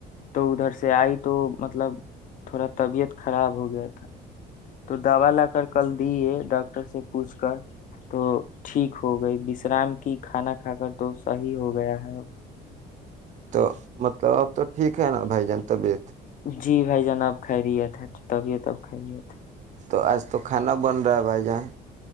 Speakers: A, on the left; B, on the right.
A: تو ادھر سے آئی تو مطلب تھوڑا طبیعت خراب ہو گیا تھا تو دوا لا کر کل دیے ڈاکٹر سے پوچھ کر تو ٹھیک ہو گئی وشرام کی کھانا کھا کر تو صحیح ہو گیا ہے
B: تو مطلب اب تو ٹھیک ہے نا بھائی جان طبیعت
A: جی بھائی جان آب خیریت ہے طبیعت اب خیریت ہے
B: تو آج تو کھانا بن رہا ہے بھائی جان